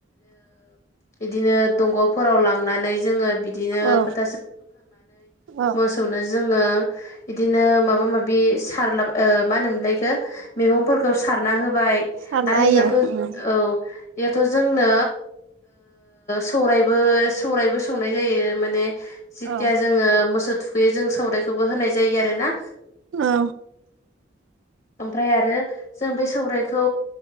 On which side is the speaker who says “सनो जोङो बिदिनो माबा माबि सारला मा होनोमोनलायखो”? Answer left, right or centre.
Left